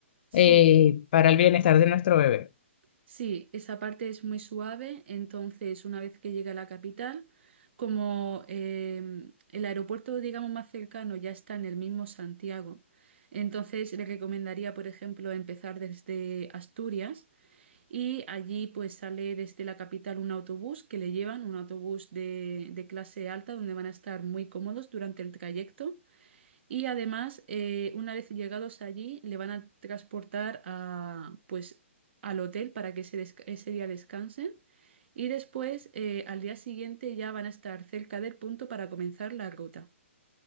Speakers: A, on the right; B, on the left.
A: sí.
B: eh, para el bienestar de nuestro bebé.
A: Sí, esa parte es muy suave, entonces una vez que llega a la capital, como eh, el aeropuerto, digamos, más cercano ya está en el mismo Santiago, entonces le recomendaría, por ejemplo, empezar desde Asturias y allí pues sale desde la capital un autobús que le llevan, un autobús de, de clase alta donde van a estar muy cómodos durante el trayecto y además, eh, una vez llegados allí, le van a transportar a, pues, al hotel para que ese, desca- ese día descansen. Y después, eh, al día siguiente, ya van a estar cerca del punto para comenzar la ruta.